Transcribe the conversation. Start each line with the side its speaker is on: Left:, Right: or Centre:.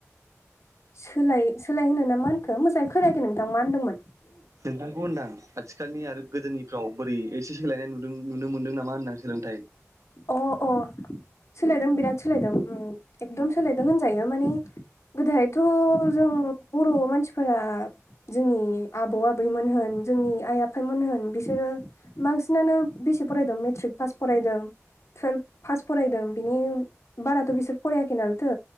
Left: सोलाय सोलाय होनो ना मा होनखो मोजाङै खोनायाखो नोंथां मा होनदोंमोन?
Right: नोंथांखौ होनदां आथिखालनि आरो गोदोनिफ्राव बोरै एसे सोलायनाय नुदों नुनो मोनदों नामा होनदां सोलोंथाइ
Left: अ अ सोलायदों बिराद सोलायदों एकदम
Right: उम
Left: सोलायदों होनजायो माने गोदोहथ' जों बर' मानसिफोरा जोंनि आबौ आबैमोन होन जोंनि आइ आफायमोन होन बिसोरो बांसिनानो बेसे फरायदों मेट्रिक पास फरायदों। टुवेल्भ पास फरायदों बिनि बाराथ' बिसोर फरायाखै नालथो